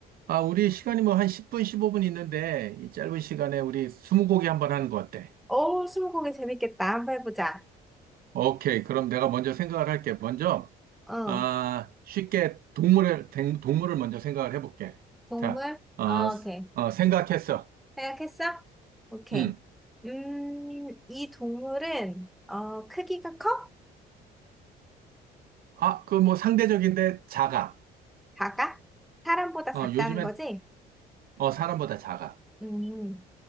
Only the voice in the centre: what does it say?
오, 스무고개 재밌겠다. 한번 해보자.
어,
동물?
어,
오케이.
생각했어? 오케이.
음, 이 동물은, 어, 크기가 커?
작아? 사람보다
작다는
거지?
음,